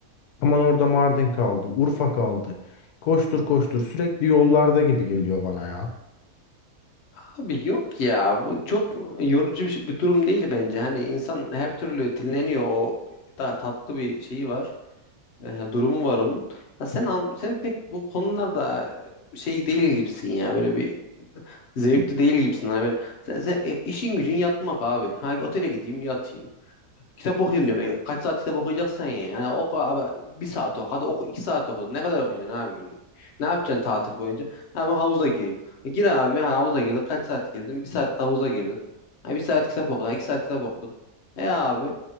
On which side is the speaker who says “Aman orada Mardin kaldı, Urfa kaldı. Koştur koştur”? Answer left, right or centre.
Left